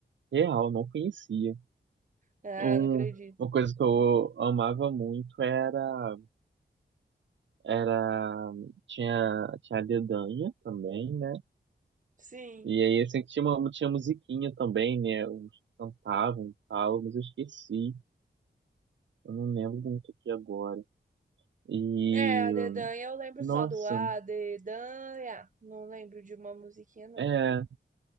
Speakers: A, on the right (about 80°); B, on the right (about 45°).
A: Real, não conhecia.
B: Ah,
A: Um,
B: não acredito.
A: uma coisa que eu amava muito era, era, tinha, tinha a dedanha também, né?
B: Sim.
A: E aí, assim, tinha uma, tinha musiquinha também, né? Uns cantavam e tal, mas eu esqueci. Eu não lembro muito aqui agora. E
B: É, a Dedanha eu lembro
A: Nossa,
B: só do A Dedanha. Não lembro de uma musiquinha, não.
A: é,